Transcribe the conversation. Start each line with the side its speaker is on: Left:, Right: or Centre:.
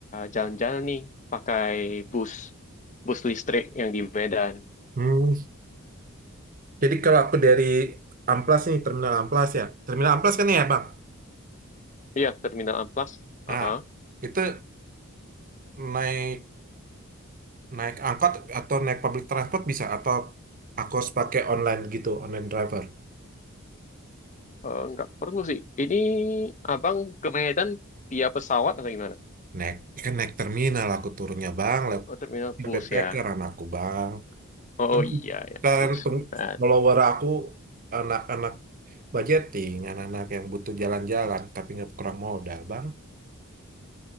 Left: jalan-jalan nih pakai bus, bus listrik yang di Medan.
Right: hmm. jadi kalau aku dari Amplas nih terminal Amplas ya terminal Amplas kan ya Bang
Left: Iya, Terminal Amplas. Uh,
Right: Ah,
Left: uh.
Right: itu naik Naik angkot atau naik public transport bisa atau aku harus pakai online gitu, online driver.
Left: Uh, nggak perlu sih. Ini abang ke Medan via pesawat atau gimana?
Right: Naik, ya kan naik terminal aku turunnya bang, lihat
Left: Oh, terminal bus
Right: PPK
Left: ya.
Right: anakku bang.
Left: Oh
Right: Kan,
Left: iya ya,
Right: kan
Left: bus.
Right: peng-
Left: Nah,
Right: follower aku anak-anak budgeting, anak-anak yang butuh jalan-jalan tapi nggak kurang modal bang.